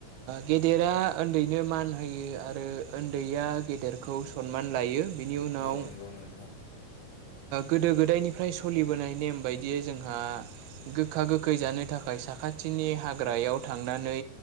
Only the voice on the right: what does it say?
गेदेरा उन्दैनो मान होयो आरो उन्दैया गेदेरखौ सनमान लायो बिनि उनाव
गोदो गोदायनिफ्राय सोलिबोनाय नेम बायदियै जोंहा गोखा गोखै जानो थाखाय साखाथिनि हाग्रायाव थांनानै